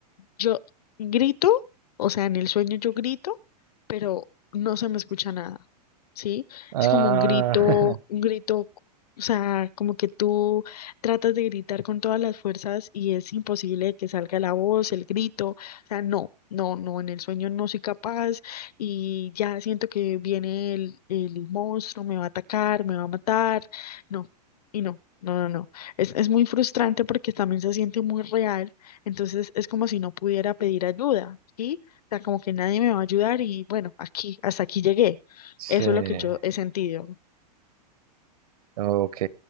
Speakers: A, on the left (about 65°); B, on the right (about 60°).
A: yo grito, o sea, en el sueño yo grito, pero no se me escucha nada, ¿sí?
B: Ah,
A: Es como un grito,
B: <laughs>
A: un grito, o sea, como que tú tratas de gritar con todas las fuerzas y es imposible que salga la voz, el grito, o sea, no, no, no, en el sueño no soy capaz y ya siento que viene el, el monstruo, me va a atacar, me va a matar, no, y no, no, no, no. Es, es muy frustrante porque también se siente muy real entonces es como si no pudiera pedir ayuda, ¿sí? O sea, como que nadie me va a ayudar y bueno, aquí, hasta aquí llegué.
B: sí.
A: Eso es lo que yo he sentido.
B: Ok.